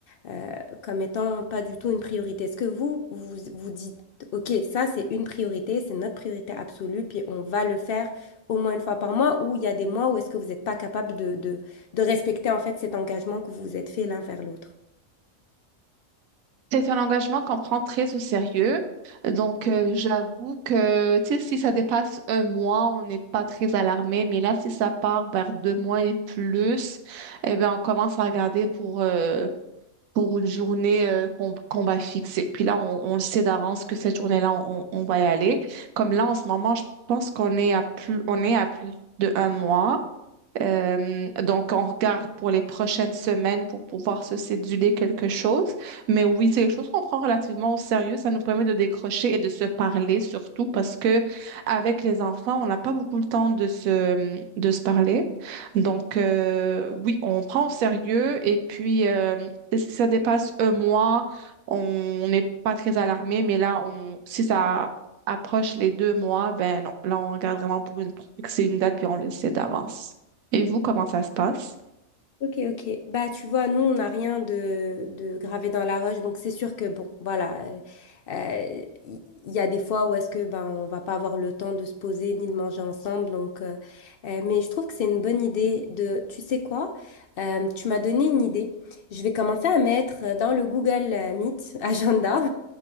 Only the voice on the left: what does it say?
euh, comme étant pas du tout une priorité. Est-ce que vous, vous vous dites, OK, ça, c'est une priorité, c'est notre priorité absolue, puis on va le faire au moins une fois par mois, ou il y a des mois où est-ce que vous n'êtes pas capable de, de, de respecter, en fait, cet engagement que vous vous êtes fait l'un vers l'autre?
Ok, ok. Bah, tu vois, nous, on n'a rien de, de gravé dans la roche, donc c'est sûr que, bon, voilà, euh, euh, il il y a des fois où est-ce que, ben, on va pas avoir le temps de se poser ni de manger ensemble, donc, euh, euh, mais je trouve que c'est une bonne idée de, tu sais quoi, Euh, tu m'as donné une idée. Je vais commencer à mettre dans le Google euh, Meet <laughs> agenda,